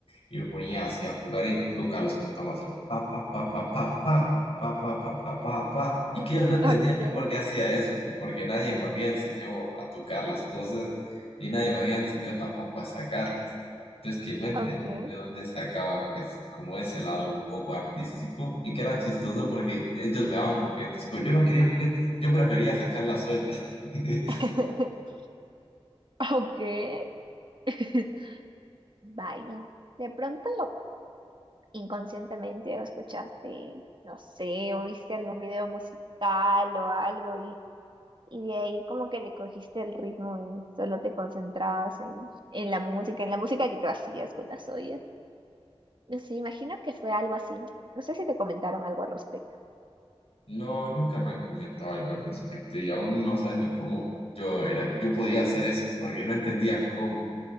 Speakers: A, on the left (about 70°); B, on the right (about 50°).
A: y me ponía así a jugar y tocarlos como estamos así, pa, pa, pa, pa, pa, pa, pa, pa, pa, pa, pa, pa. Y
B: eh,
A: que ellos no entendían
B: okay,
A: yo por qué hacía eso, que porque nadie me había enseñado a tocar las cosas y nadie me había enseñado tampoco a sacarlas. Entonces que no entendía
B: okay,
A: yo de dónde sacaba pues como ese lado un poco artístico y que era chistoso porque ellos me daban juguetes, pero yo no quería juguetes, yo prefería sacar las ollas. <laughs>
B: <laughs> okay. <laughs> Vaya, de pronto inconscientemente o escuchaste, no sé, o viste algún video musical o algo y, y de ahí como que le cogiste el ritmo y solo te concentrabas en, en la música, en la música que tú hacías con las ollas. No sé, imagino que fue algo así. No sé si te comentaron algo al respecto.
A: No, nunca me han comentado algo al respecto y aún no saben ni cómo yo era, yo podía hacer eso porque no entendían cómo.